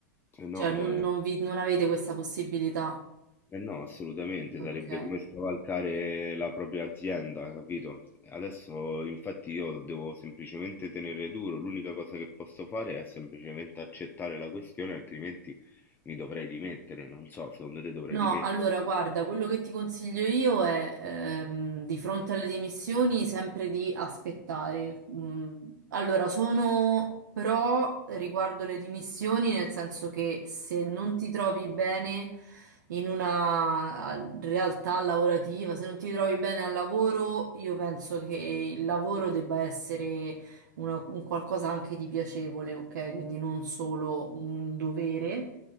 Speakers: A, on the left; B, on the right.
A: eh no,
B: Cioè, non,
A: eh,
B: non vi- non avete questa possibilità?
A: eh no, assolutamente,
B: Ok.
A: sarebbe come scavalcare la propria azienda, capito? Adesso infatti io devo semplicemente tenere duro, l'unica cosa che posso fare è semplicemente accettare la questione, altrimenti mi dovrei dimettere, non so, secondo te dovrei
B: No,
A: dimettere?
B: allora guarda, quello che ti consiglio io è ehm, di fronte alle dimissioni sempre di aspettare. Mm, Allora, sono pro riguardo le dimissioni, nel senso che se non ti trovi bene in una al- realtà lavorativa, se non ti trovi bene al lavoro, io penso che il lavoro debba essere una- un qualcosa anche di piacevole, ok? Quindi non solo un dovere.